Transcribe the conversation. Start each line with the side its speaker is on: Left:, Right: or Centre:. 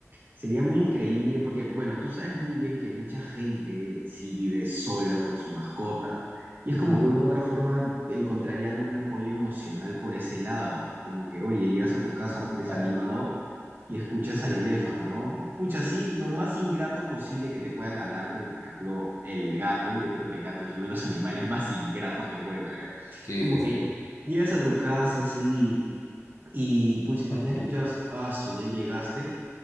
Right: Sería muy increíble porque, bueno, tú sabes muy bien que mucha gente sí vive solo con su mascota y es
Left: <laughs> Ujú.
Right: como que de una u otra forma encontrarían un apoyo emocional por ese lado, ¿no? Como que, oye, llegas a tu casa
Left: Ah,
Right: desanimado
Left: claro.
Right: y escuchas a lo lejos, ¿no? Pucha, sí, lo más ingrato posible que te puedan hablar, como por ejemplo el gato, yo creo que el gato es uno de los <laughs> animales más ingratos que pueden haber.
Left: Sí,
Right: Como
Left: sí,
Right: que
Left: sí.
Right: llegas a tu casa, sí, y pucha,
Left: <laughs>
Right: escuchas, ah, su, ya llegaste.